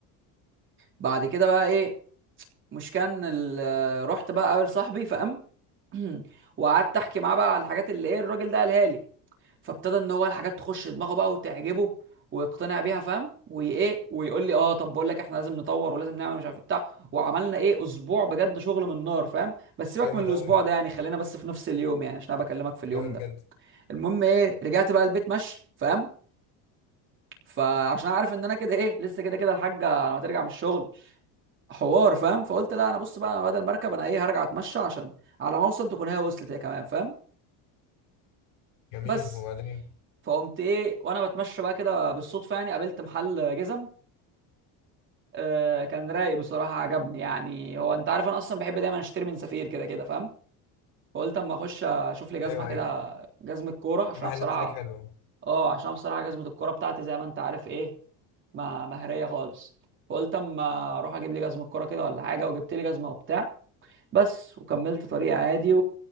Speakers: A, on the right (about 30°); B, on the left (about 75°).
A: بعد كده بقى ايه مش كان ال- رحت بقى اقابل صاحبي فقام <clears throat> وقعدت احكي معاه بقى على الحاجات اللي ايه الراجل ده قالها لي فابتدى ان هو الحاجات تخش دماغه بقى وتعجبه ويقتنع بيها فاهم وايه ويقول لي اه طب بقول لك احنا لازم نطور ولازم نعمل مش عارف إيه بتاع وعملنا ايه اسبوع بجد شغل من نار فاهم بس سيبك
B: جامد
A: من
B: أوي
A: الاسبوع ده يعني خلينا بس في نفس اليوم يعني عشان انا بكلمك في اليوم
B: جامد
A: ده
B: جدا
A: المهم ايه رجعت بقى البيت ماشي فاهم فعشان أنا عارف ان انا كده ايه لسه كده كده الحاجه لما ترجع من الشغل حوار فاهم فقلت لا انا بص بقى انا بدل مركب انا ايه هرجع اتمشى عشان على ما اوصل تكون هي وصلت هي كمان فاهم
B: جميل
A: بس
B: وبعدين
A: فقمت ايه وانا بتمشى بقى كده بالصدفه يعني قابلت محل جزم آه كان رايق بصراحه عجبني يعني هو انت عارف انا اصلا بحب دايما اشتري من سفير كده كده فاهم فقلت اما اخش اشوف لي جزمه
B: أيوه
A: كده
B: أيوه
A: جزمه كوره عشان
B: في محلات
A: انا بصراحه
B: هناك حلوة
A: اه عشان انا بصراحه جزمه الكوره بتاعتي زي ما انت عارف ايه ما مهريه خالص فقلت اما اروح اجيب لي جزمه كوره كده ولا حاجه وجبت لي جزمه وبتاع بس وكملت طريق عادي